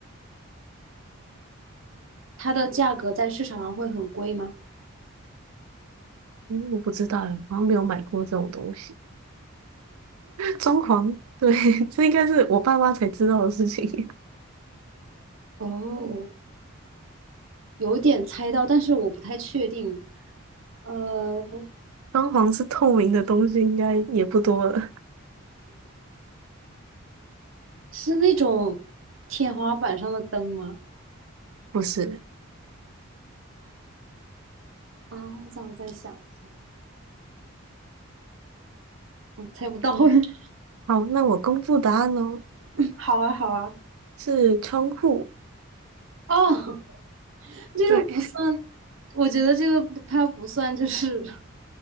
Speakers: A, on the right (about 65°); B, on the right (about 80°).
A: 它的价格在市场上会很贵吗？
B: 嗯，我不知道欸，好像没有买过这种东西。装潢，对，<laughs> 这应该是我爸妈才知道的事情。<laughs>
A: 哦，有点猜到，但是我不太确定。呃，
B: 装潢是透明的东西，应该也不多了。
A: 是那种天花板上的灯吗？
B: 不是，
A: 啊，让我再想一下，我猜不到。<laughs>
B: 好，那我公布答案喽，
A: 好啊，好啊。
B: 是窗户。
A: 哦，<laughs> 这个不算，
B: 对，
A: 我觉得这个它不算，就是